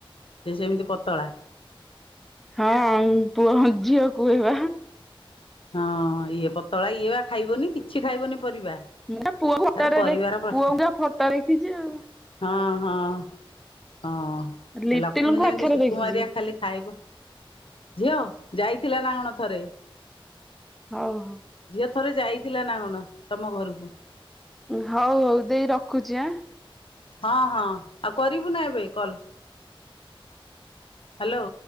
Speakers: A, on the left; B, in the centre.
A: ସେ ସେମିତି ପତଳା।
B: ହଁ, ପୁଅଝିଅ କୁହିବା।
A: ହଁ ଇଏ ପତଳା ଇଏ ବା ଖାଇବନି କିଛି ଖାଇବନି ପରିବା।
B: ମୁଁ ପୁଅ ଫଟୋରେ
A: ତାର ପରିବାର
B: ଦେ
A: ପ୍ରଶ୍ନ
B: ପୁଅ କୁ ଯା ଫଟୋ ଦେଖିଚି ଆଉ।
A: ହଁ ହଁ ହଁ
B: ଲିଟିଲଙ୍କୁ
A: ଲକ୍ଷ୍ମ ଯେମିତି
B: ଆଖିରେ
A: ସୁକୁମାରିଆ
B: ଦେଖିଛି
A: ଖାଲି ଖାଇବୁ। ଝିଅ, ଯାଇଥିଲା ନା କଣ ଥରେ।
B: ଓହୋ।
A: ଝିଅ ଥରେ ଯାଇଥିଲା ନା କଣ ତମ ଘରକୁ।
B: ହଉ ହଉ ଦେଇ ରଖୁଚି ଆଁ।
A: ହଁ, ହଁ ଆଉ କରିବୁ ନା ଏବେ କଲ୍। ହାଲୋ।